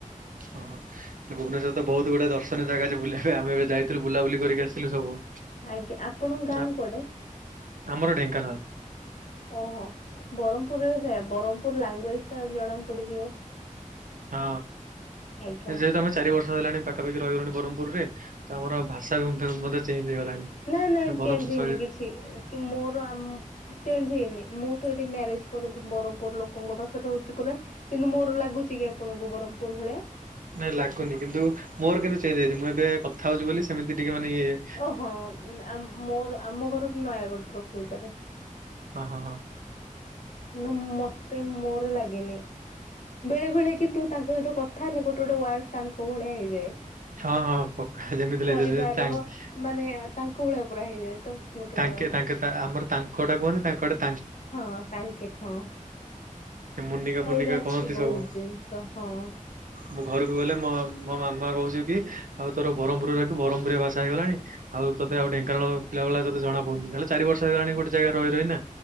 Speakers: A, on the right; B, on the left.
A: ଓ ହୋ ଭୁବନେଶ୍ୱରରେ ତ ବହୁତ ଗୁଡ଼ାଏ ଦର୍ଶନୀୟ ଜାଗା ଅଛି ବୁଲିବା ପାଇଁ ଆମେ ଏବେ ଯାଇଥିଲୁ ବୁଲାବୁଲି କରିକ ଆସିଲୁ ସବୁ
B: ଆଜ୍ଞା ଆପଣଙ୍କ ଗାଁ
A: ଆ
B: କୁଆଡେ?
A: ଆମର ଢେଙ୍କାନାଳ
B: ଓହୋ ବ୍ରହ୍ମପୁରରେ ସେୟା ବ୍ରହ୍ମପୁର ଲାଙ୍ଗୁଏଜ୍ ଟା ଆଉ ଜଣା ପଡ଼ିଯିବ
A: ହଁ
B: ଆଜ୍ଞା
A: ଯେହେତୁ ଆମେ ଚାରି ବର୍ଷ ହେଲାଣି ପାଖାପାଖି ରହିଗଲୁଣି ବ୍ରହ୍ମପୁରରେ ତ ଆମର ଭାଷା ବି ମଧ୍ୟ ମଧ୍ୟ ଚେଞ୍ଜ୍ ହେଇଗଲାଣି
B: ନାଁ ନାଁ
A: ବ୍ରହ୍ମପୁର
B: ଚେଞ୍ଜ୍ ହେଇନି
A: ଶୈଳୀରେ।
B: କିଛି କି ମୋର ଆମ ଚେଞ୍ଜ୍ ହେଇନି ମୁଁ ତ ଏଠି ମ୍ୟାରେଜ୍ ପରେ ବରହ୍ପୁର ଲୋକଙ୍କ ପାଖରେ ରହୁଛି ପୁରା କିନ୍ତୁ ମୋର ଲାଗୁଛି କି ଆପଣଙ୍କୁ ବ୍ରହ୍ମପୁର ଭଳିଆ?
A: ନାଇଁ ଲାଗୁନି କିନ୍ତୁ ମୋର କିନ୍ତୁ ଚେଞ୍ଜ୍ ହେଇଛି ମୁଁ ଏବେ କଥା ହଉଛି ବୋଲି ସେମିତି ଟିକେ ମାନେ ୟିଏ
B: ଓହୋ ମୋର ଆମ ଘର ନୟାଗଡ଼ ପ୍ରକୃତରେ
A: ହଁ ହଁ ହଁ
B: ନା ମତେ ମୋର ଲାଗେନି ବେଳେ ବେଳେ କିନ୍ତୁ ତାଙ୍କ ସହିତ କଥା କଥା ହେଲେ ଗୋଟେ ଗୋଟେ ୱାର୍ଡ ତାଙ୍କ ଭଳିଆ ହେଇଯାଏ
A: ହଁ ହଁ ପକା ଯେମିତି
B: କରିବାର
A: ହେଲେ ତାଙ୍କେ <unintelligible>
B: ମାନେ ତାଙ୍କ ଭଳିଆ ପୁରା ହେଇଯାଏ ତ? ଗୋଟେ ଗୋଟେ
A: ତାଙ୍କେ
B: ୱାର୍ଡ।
A: ତାଙ୍କେ ଆମର ତାଙ୍କ ଟା କୁହନ୍ତି ତାଙ୍କ ଆଡ଼େ
B: ହଁ ତାଙ୍କେ ହଁ
A: ମୁନିକା ଫୁନିକା
B: ଅଲଗା ଅଛି
A: କହନ୍ତି
B: ବହୁତ
A: ସବୁ।
B: ଜିନିଷ ହଁ
A: ମୁଁ ଘରକୁ ଗଲେ ମୋ ମୋ ମାମା କହୁଛି କି ଆଉ ତୋର ବ୍ରହ୍ମପୁରରେ ରହିକି ବ୍ରହ୍ମପୁରିଆ ଭାଷା ହେଇଗଲାଣି ଆଉ ତତେ ଆଉ ଢେଙ୍କାନାଳ ପିଲା ଭଳିଆ ତତେ ଜଣା ପଡୁନି ଯାହା ହେଲେ ଚାରି ବର୍ଷ ହେଇଗଲାଣି ଗୋଟୋ ଯାଗାରେ ରହି ରହି ନା